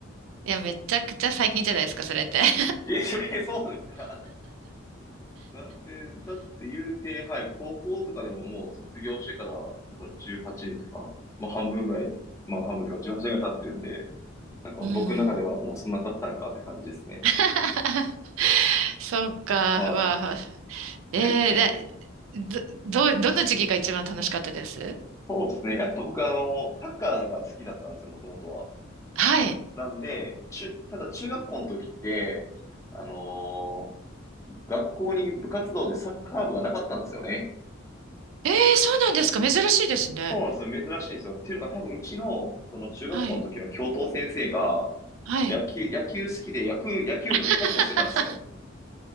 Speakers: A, on the right; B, on the left.
A: いや、めちゃくちゃ最近じゃないですか、それって。<laughs>
B: いえ、<laughs> そうですか。<laughs> なんで、だって言うて、はい、高校とかでももう卒業してから、だから18年とか、まあ半分ぐらい、まあ半分とか18年ぐらい経ってるんで、なんか僕の中ではもうそんな経ったのかって感じですね。
A: うん。<laughs> そうか、
B: は
A: わあ。えー、
B: い。で、もう、
A: だ、ど、ど、どの時期が一番楽しかったです
B: そうですね。やっぱ僕あの、サッカーが好きだったんですよ、もともとは。
A: はい。
B: なんで、中、ただ中学校の時って、あのー学校に部活動でサッカー部がなかったんですよね。
A: えー、そうなんですか。珍しいですね。
B: そうなんですよ。珍しいんですよ。っていうのが多分うちの、その中学校の時の教頭先生が、
A: はい。はい。
B: 野球、野球好きで野球、野球部の顧問をしてたんですよ。
A: <laughs>